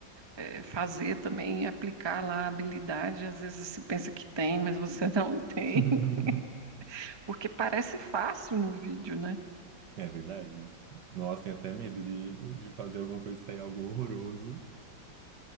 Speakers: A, on the right; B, on the right.
A: eh, fazer também, aplicar lá a habilidade. Às vezes você pensa que tem, mas você não tem,
B: <laughs>
A: <laughs> porque parece fácil no vídeo, né?
B: É verdade. Nossa, tenho até medo de, de fazer alguma coisa e sair algo horroroso.